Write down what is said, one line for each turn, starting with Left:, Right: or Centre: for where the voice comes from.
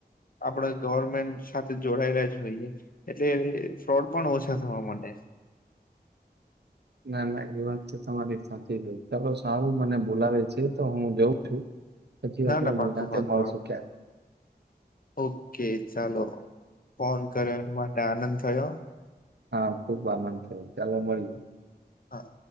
Left: આપડા ગવર્મેન્ટ સાથે જોડાયેલા જોઈએ એટલે ફ્રોડ પણ ઓછા થવા મળે
Right: ના ના એ વાત છે તમારી સાચી ચાલો સારું મને બોલાવે છે તો હું જઉં છું પછી
Left: ના
Right: આપણે
Left: ના
Right: નિરાંતે
Left: પાકું પાકું
Right: મળશુ ક્યાંક
Left: ઓકે ચાલો ફોન કર્યો એ માટે આનંદ છયો
Right: હા ખુબ આનંદ થયો ચાલો મળીએ.
Left: હા